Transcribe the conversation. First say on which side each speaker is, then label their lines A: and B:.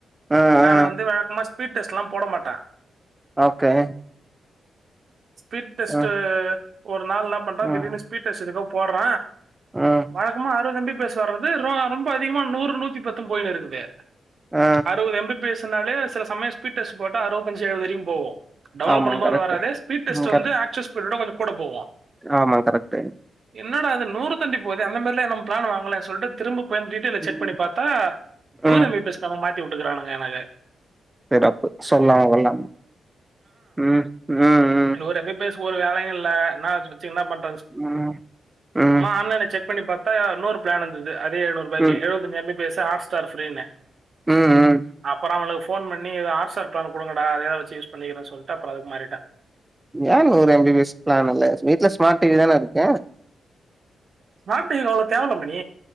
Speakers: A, on the right; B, on the right.
A: ஆ
B: நானு
A: ஆ
B: வந்து வழக்கமா ஸ்பீட் டெஸ்ட் எல்லா போட மாட்ட
A: ஓகே
B: ஸ்பீட் டெஸ்ட்டு
A: ஆ
B: ஒரு நாள் என்ன பணட்ட
A: ம்
B: திடீர்னு ஸ்பீட் டெஸ்ட் எதுக்கோ போட்ற
A: ம்
B: வழக்கமா அறுவது எம் பி பி எஸ் வர்றது ரொ ரொம்ப அதிகமா நூறு நூத்தி பத்துன்னு போயின்னு இருக்குது
A: ஆ
B: அறுவது எம் பி பி எஸ் னாலே செல சமய ஸ்பீட் டெஸ்ட் போட்டா அறுவத்தஞ்சி வரையு போவு டவுன்லோட்
A: ஆமா
B: பண்ணும்போது
A: கரெக்ட்டு
B: அது வராது ஸீ்பீட் டெஸ்ட்
A: ம் கரெக்ட்
B: வந்து ஆக்சுவல் ஸ்பீட விட கொஞ்ச கூட போவு
A: ஆமா கரெக்ட்டு
B: என்னடா இது நூறு போது அந்த மாரில்லா நம் பிளான் வாங்கல சொல்ட்டு திரும்ப போய் அந்த டீட்டெயில செக்
A: ம்
B: பண்ணி பாத்தா நூறு
A: ம்
B: மீட்டர்ஸ் பிளான மாத்தி விட்டுக்கறானுங்க எனக்கு
A: சிறப்பு சொல்லாம கொல்லாமா ம் ம் ம்
B: ஒரு எம் பி பி எஸ் ஒரு வேலையு இல்ல என்னா வச்சு என்ன பண்
A: ம் ம்
B: ஆன்லைன்ல செக் பண்ணி பாத்தா இன்னொரு பிளான் வந்தது அதே எழுநூறுபாய்க்கி
A: ம்
B: எழுவத்தஞ்சி M B P S Hotstar ஃப்ரீன்னு
A: ம் ம்
B: அப்புற அவங்களுக்கு ஃபோன் பண்ணி ஏதாது ஆர்ட் ஸ்டார் பிளானு குடுங்கடா அதையாது வச்சு யூஸ பண்ணிக்கிறேன்னு சொல்ட்டு அப்ற அதுக்கு மாறிட்ட
A: ஏன் நூறு M B P S plan இல்ல வீட்ல ஸ்மார்ட் டிவி தானே இருக்கு
B: ஸ்மார்ட் டிவி அவ்வளோ தேவயில்ல மணி